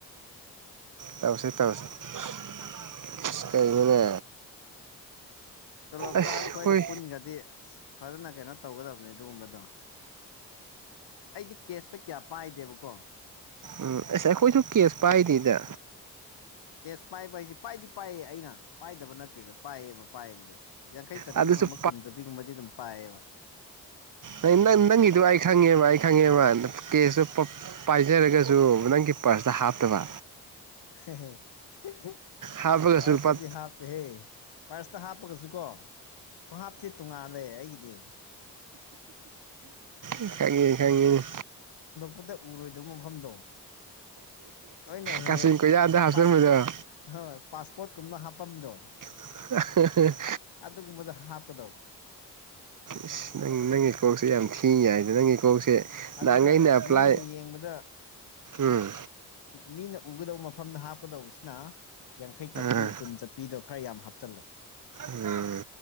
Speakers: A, on the right; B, on the left.
A: ꯇꯥꯞꯁꯦ ꯑꯁꯥ ꯀꯩꯅꯣꯅꯦ
B: ꯇꯣꯂꯣꯞ
A: ꯑꯁ
B: ꯆꯥꯕ ꯈꯣꯏꯒ
A: ꯍꯣꯏ
B: ꯄꯨꯟꯒ꯭ꯔꯗꯤ ꯑꯁ ꯐꯖꯅ ꯀꯩꯅꯣ ꯇꯧꯒꯗꯕꯅꯤ ꯑꯗꯨꯒꯨꯝꯕꯗꯣ ꯑꯩꯗꯤ ꯀꯦꯁꯇ ꯀꯌꯥ ꯄꯥꯏꯗꯦꯕꯀꯣ
A: ꯎꯝ ꯑꯁ ꯑꯩꯈꯣꯏꯁꯨ ꯀꯦꯁ ꯄꯥꯏꯗꯗ
B: ꯀꯦꯁ ꯄꯥꯏꯕ ꯍꯥꯏꯁꯦ ꯄꯥꯏꯗꯤ ꯄꯥꯏꯌꯦ ꯑꯩꯅ ꯄꯥꯏꯗꯕ ꯅꯠꯇꯦꯗ ꯄꯥꯏꯌꯦꯕ ꯄꯥꯏꯕꯗꯤ ꯌꯥꯡꯈꯩ ꯆꯠꯄꯤꯒꯨꯝꯕ
A: ꯑꯗꯨꯁꯨ
B: ꯀꯨꯟ ꯆꯠꯄꯤꯒꯨꯝꯕꯗꯤ ꯑꯗꯨꯝ ꯄꯥꯏꯑꯕ
A: ꯅ ꯅꯪ ꯅꯪꯒꯤꯗꯨꯣ ꯑꯩ ꯈꯪꯉꯦꯕ ꯑꯩ ꯈꯪꯉꯦꯕ ꯀꯦꯁꯇ ꯄꯥꯏꯖꯔꯒꯁꯨ ꯅꯪꯒꯤ ꯄꯥꯔꯁꯇ ꯍꯥꯞꯇꯕ
B: <unintelligible>
A: ꯍꯥꯞꯄꯒꯁꯨ
B: ꯄꯥꯔꯁꯇꯗꯤ
A: ꯂꯨꯄꯥ
B: ꯍꯥꯞꯄꯦꯍꯦ ꯄꯥꯔꯁꯇ ꯍꯥꯞꯄꯒꯁꯨꯀꯣ ꯈ꯭ꯍꯥꯞꯁꯦ ꯇꯣꯉꯥꯟꯜꯂ ꯑꯩꯒꯤꯗꯤ
A: ꯏ ꯈꯥ ꯏꯟ ꯈꯥꯏꯒ
B: ꯄꯗ ꯎꯔꯣꯏꯗꯕ ꯃꯐꯝꯗꯣ ꯍꯣꯏꯅꯦ ꯍꯦꯛ
A: ꯀꯥꯆꯤꯟ
B: ꯍꯦꯛ
A: ꯀꯣꯏꯌꯥꯗ ꯍꯥꯞꯆꯟꯕꯗꯣ
B: ꯄꯥꯁꯄꯣꯠ ꯍ ꯄꯥꯁꯄꯣꯠ ꯀꯨꯝꯅ ꯍꯥ ꯍꯥꯄꯝꯗꯣ
A: <inaudible>
B: ꯑꯗꯨꯒꯨꯝꯕꯗꯣ ꯍꯥꯞꯀꯗꯧꯕ
A: ꯏꯁ ꯅꯪ ꯅꯪꯒꯤ ꯏꯁꯀꯣꯛꯁꯦ ꯌꯥꯝ ꯊꯦꯡꯉꯏꯗ ꯅꯪꯒꯤ ꯀꯣꯛꯁꯦ
B: ꯑꯗꯨꯒ
A: ꯅꯍꯥꯟ ꯑꯩꯅ ꯑꯦꯄ꯭ꯂꯥꯏ
B: ꯃꯤꯅ ꯌꯦꯡꯕꯗ
A: ꯎꯝ
B: ꯃꯤꯅ ꯎꯒꯗꯧꯕ ꯃꯐꯝꯗ ꯍꯥꯞꯀꯗꯧꯕꯁꯤꯅ ꯌꯥꯡꯈꯩ ꯆꯞꯄꯤ
A: ꯑꯥ
B: ꯀꯨꯟ ꯆꯞꯄꯤꯗꯣ ꯈꯔ ꯌꯥꯝ ꯍꯥꯞꯆꯜꯂꫭ
A: ꯎꯝ